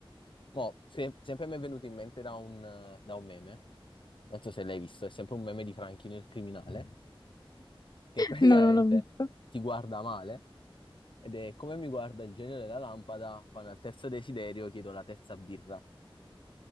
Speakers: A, on the left; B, on the left.
A: Mo, se- sempre mi è venuto in mente da un da un meme non so se l'hai visto, è sempre un meme di Franchino il criminale, che praticamente
B: no, non l'ho visto.
A: ti guarda male ed è come mi guarda il genio della lampada quando al terzo desiderio chiedo la terza birra.